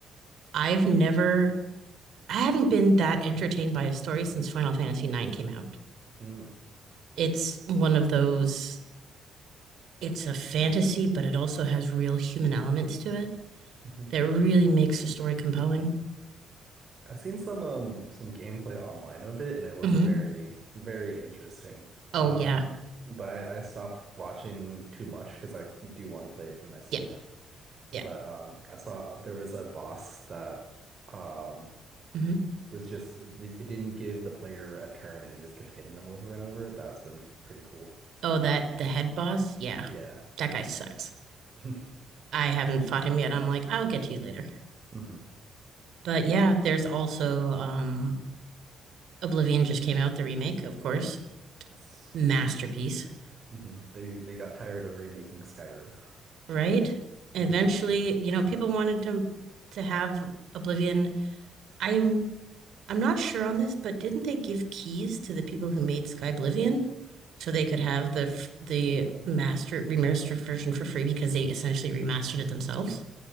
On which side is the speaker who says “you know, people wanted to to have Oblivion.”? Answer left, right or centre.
Right